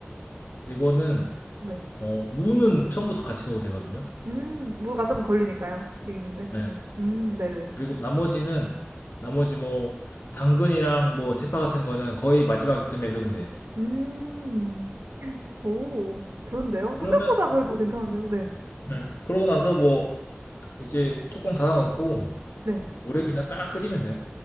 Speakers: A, on the left; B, on the right.
A: 이거는
B: 네.
A: 어 무는 처음부터 같이 넣어도 되거든요.
B: 음. 무가 좀 걸리니까요. 읽는데.
A: 예.
B: 음. 네네.
A: 그리고 나머지는 나머지 뭐 당근이랑 뭐 대파 같은 거는 거의 마지막쯤에 넣으면 돼요.
B: 음. 오. 좋은데요?
A: 그러면
B: 생각보다 그래도
A: 그-
B: 괜찮은데요? 네.
A: 네. 그러고 나서 뭐 이제 뚜껑 닫아놓고
B: 네.
A: 오래 그냥 딱 끓이면 돼요.